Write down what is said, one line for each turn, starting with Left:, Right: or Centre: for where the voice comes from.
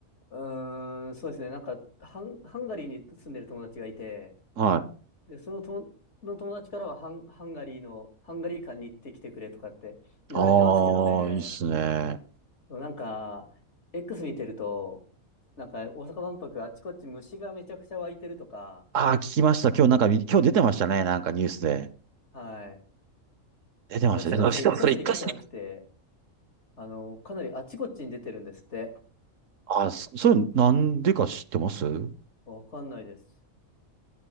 Left: うーん、そうですね。なんか、ハン、ハンガリーに住んでる友達がいて、
Right: はい。はい。
Left: で、そのと、の友達からはハン、ハンガリーの、ハンガリー館に行ってきてくれとかって言われてますけどね。
Right: ああ、いいっすね。
Left: でもなんか、X 見てると、なんか大阪万博あっちこっち虫がめちゃくちゃ湧いてるとか、
Right: ああ、聞きました。今日なんか、今日出てましたね。なんかニュースで。
Left: はい。
Right: 出てました、
Left: なんか、しかもそれ一箇所二箇所じゃなくて、
Right: 出てましした。それ一回しに、
Left: あの、かなりあっちこっちに出てるんですって。
Right: ああ、そそれなんでか知ってますそ
Left: わかんないです。